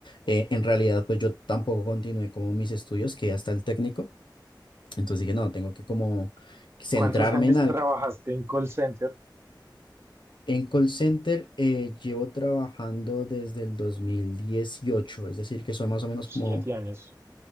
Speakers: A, on the left (about 85°); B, on the right (about 30°).
A: Eh, en realidad pues yo tampoco continué como mis estudios, que hasta el técnico, entonces dije, no, tengo que como centrarme
B: ¿Cuántos años
A: en algo.
B: trabajaste en call center?
A: En call center eh, llevo trabajando desde el 2018, es decir, que son más o menos
B: Siete
A: como
B: años.